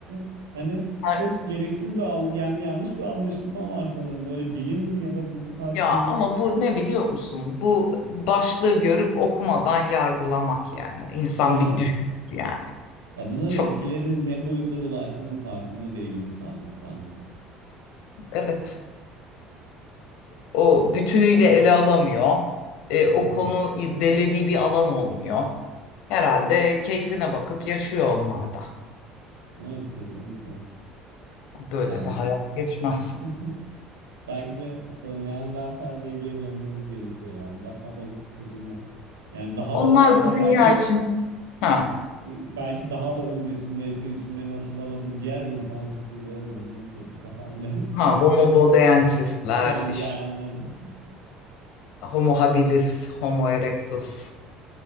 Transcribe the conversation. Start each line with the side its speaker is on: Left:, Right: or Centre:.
Right: <laughs> Hani
Left: Ha,
Right: çok gereksiz bir algı yani yanlış bir anlaşılma var sanırım böyle bilim ya da bu tarz
Left: Ya
Right: konular.
Left: ama bu ne biliyor musun? Bu
Right: Hı.
Left: başlığı görüp okumadan yargılamak yani. İnsan
Right: Evet.
Left: bir düşün yani.
Right: Ya bunların
Left: Çok
Right: etkilerinin ne boyutlara ulaştığının farkında değil insanlık sanki.
Left: evet. O bütünüyle ele alamıyor. E, o
Right: Hı hı.
Left: konu irdelediği bir alan olmuyor. Herhalde keyfine bakıp yaşıyor onlar da.
Right: Evet kesinlikle.
Left: Böyle
Right: Yani
Left: de hayat geçmez.
Right: <laughs> belki de işte o Neandertalliğe geri dönmemiz gerekiyor yani. Daha da köküne. Yani daha
Left: Onlar
Right: da hatta
Left: bu dünya
Right: belki
Left: için. Ha,
Right: belki daha da öncesinde işte isimlerini hatırlamadığım diğer insansı türlere dönmek dedi. Daha bile <laughs> hani
Left: ha homo bodensisler,
Right: ha, yani
Left: işte
Right: hani.
Left: homo habilis, homo erectus.